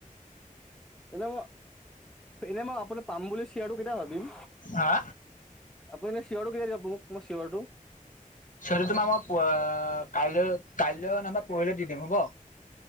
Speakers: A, in the centre; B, on the left.
A: এনেই মই এনেই মই আপুনি পাম বুলি শ্বেয়াৰটো কেতিয়া ভাবিম?
B: হা?
A: আপুনি এনে চিয়ৰটো কেতিয়া দিব মোক, মোৰ চিয়ৰটো?
B: চিয়ৰলী তোমাক মই প কাইলৈ কাইলৈ নাইবা পৰিলৈ দি দিম হ'ব?